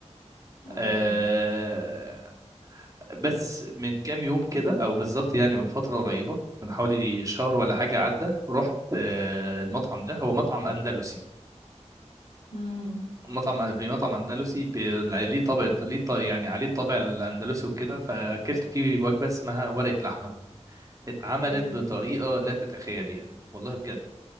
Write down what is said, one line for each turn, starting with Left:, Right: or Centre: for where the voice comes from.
Left: ايوه
Right: آه بس من كام يوم كده او بالظبط يعني من فترة قريبة من حوالي شهر ولا حاجة عدى رحت آه المطعم ده هو مطعم اندلسي
Left: امم
Right: مطعم في مطعم اندلسي ب- ليه طابع ليه ط- يعني عليه الطابع الاندلسي وكده فاكلت فيه وجبة اسمها ورقة لحمة اتعملت
Left: ايوه
Right: بطريقة لا تتخيليها والله بجد